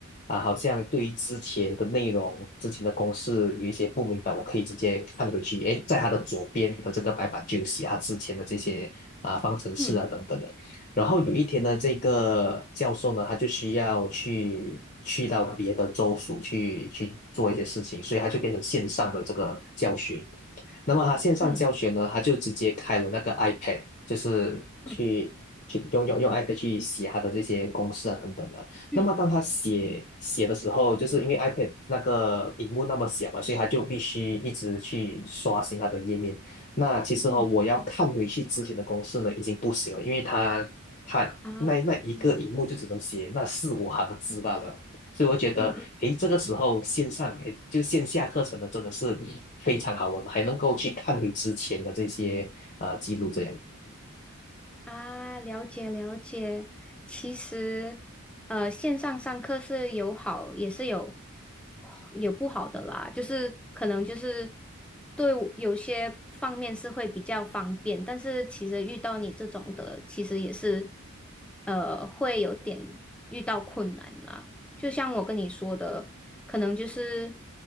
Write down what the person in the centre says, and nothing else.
嗯
嗯
嗯嗯
嗯
嗯
啊嗯
嗯
啊，了解了解。其实，呃，线上上课是有好，也是有有不好的啦。就是可能就是对我有些方面是会比较方便，但是其实遇到你这种的，其实也是呃会有点遇到困难啦。就像我跟你说的，可能就是